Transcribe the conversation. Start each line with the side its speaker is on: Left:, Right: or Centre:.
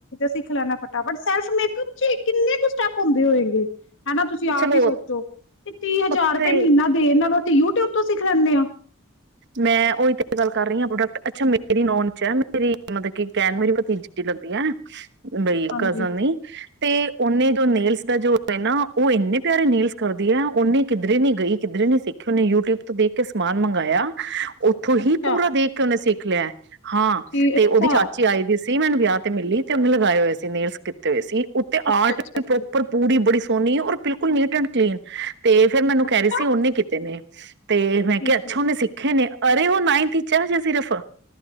Left: ਸਿੱਖ ਲੈਣਾ ਫਟਾ ਫਟ ਸੇਲਫ ਮੇਕਿੰਗ ਚ ਕਿੰਨੇ ਕੁ ਸਟੈਪ ਹੁੰਦੇ ਹੋਏਗੇ। ਹਨਾ ਤੁਸੀਂ
Right: ਚਲੋ
Left: ਆਪ ਹੀ ਸੋਚੋ ਤੇ ਤੀਹ ਹਜ਼ਾਰ
Right: ਉੱਥੇ
Left: ਰੁਪਏ ਮਹੀਨਾ ਦੇਣ ਨਾਲੋ ਤੇ ਯੂਟਿਊਬ ਤੋਂ ਸਿੱਖ ਲੈਂਦੇ ਹਾ।
Right: ਮੈਂ ਉਹੀ ਤੇ ਗੱਲ ਕਰ ਰਹੀ ਹ ਪ੍ਰੋਡਕਟ, ਅੱਛਾ ਮੇਰੀ ਨੋਨ ਚ ਆ ਮੇਰੀ ਮਤਲਬ ਕਹਿਣ ਮੇਰੀ ਭਤੀਜੀ ਲਗਦੀ ਹੈ। ਬਈ
Left: ਹਾਂਜੀ
Right: ਕਜ਼ਨ ਨਈ। ਤੇ ਉਹਨੇ ਜੋ ਨੇਲਸ ਦਾ ਜੋ ਹੈ ਨਾ ਉਹ ਇੰਨੇ ਪਿਆਰੇ ਨੇਲਸ ਕਰਦੀ ਹੈ, ਉਹਨੇ ਕਿੱਧਰੇ ਨੀ ਗਈ ਕਿੱਧਰੇ ਨੀ ਸਿੱਖੀ ਉਹਨੇ ਯੂਟਿਊਬ ਤੋਂ ਦੇਖ ਕੇ ਸਮਾਨ ਮੰਗਾ ਆਇਆ। ਉੱਥੋਂ
Left: ਅੱਛਾ
Right: ਹੀ ਪੂਰਾ ਦੇਖ ਕੇ ਉਹਨੇ ਸਿੱਖ ਲਿਆ ਹਾਂ
Left: ਠੀਕ,
Right: ਤੇ
Left: ਅੱਛਾ
Right: ਉਹਦੀ ਚਾਚੀ ਆਈ ਦੀ ਸੀ ਸੀ ਮੈਨੂੰ ਵਿਆਹ ਤੇ ਮਿਲੀ ਤੇ ਉਹਨੇ ਲਗਾਏ ਹੋਏ ਸੀ ਨੇਲਸ ਕੀਤੇ ਹੋਏ ਸੀ ਉੱਤੇ
Left: ਅੱਛਾ
Right: ਆਰਟ
Left: ਅੱਛਾ
Right: ਪ੍ਰੋਪਰ ਪੂਰੀ ਬੜੀ ਓਨੀ ਔਰ ਬਿਲਕੁਲ ਨੀਟ ਐਂਡ ਕਲੀਨ, ਤੇ ਫੇਰ ਮੈਨੂੰ ਕੈ
Left: ਅੱਛਾ
Right: ਰੇ ਸੀ ਉਨੇ ਕਿਤੇ ਨੇ ਤੇ, ਮੈਂ,
Left: ਠੀਕ
Right: ਕਿਹਾ
Left: ਠੀਕ
Right: ਕਿੱਖੇ ਨੇ ਅਰੇ, ਉਹ ਨਾਇੰਥ ਵਿੱਚ ਹੇ, ਅਜੇ ਸਿਰਫ।